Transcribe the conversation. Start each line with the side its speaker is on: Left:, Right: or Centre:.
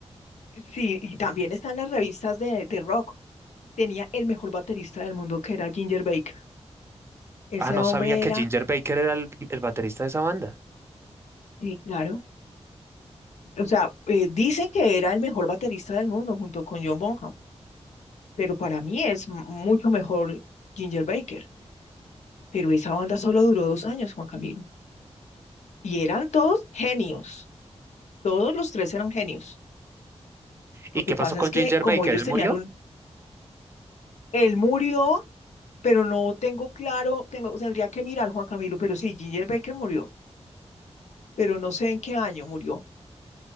Left: sí, y también está en las revistas de, de rock. Tenía el mejor baterista del mundo, que era Ginger Baker. Ese
Right: Ah, no
Left: hombre
Right: sabía que
Left: era,
Right: Ginger Baker era el, el baterista de esa banda.
Left: sí, claro, o sea, eh, dicen que era el mejor baterista del mundo junto con John Bonham, pero para mí es m- mucho mejor Ginger Baker. Pero esa banda solo duró dos años, Juan Camilo, y eran todos genios, todos los tres eran genios.
Right: ¿Y
Left: Lo
Right: qué
Left: que pasa
Right: pasó con
Left: es que
Right: Ginger
Left: como
Right: Baker?
Left: ellos
Right: ¿Él
Left: tenían
Right: murió?
Left: un... Él murió pero no tengo claro, tengo, tendría que mirar Juan Camilo, pero sí, Ginger Baker murió, pero no sé en qué año murió.